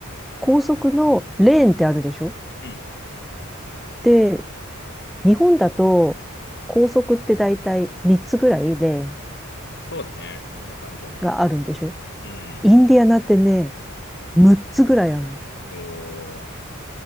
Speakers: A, in the centre; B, on the left.
A: 高速のレーンってあるでしょ
B: うん。
A: で、日本だと高速ってだいたい3つぐらいレーン
B: そうだね。そんな感じやな。
A: があるんでしょ
B: うん。
A: インディアナってね、6つぐらいあるの。
B: おー、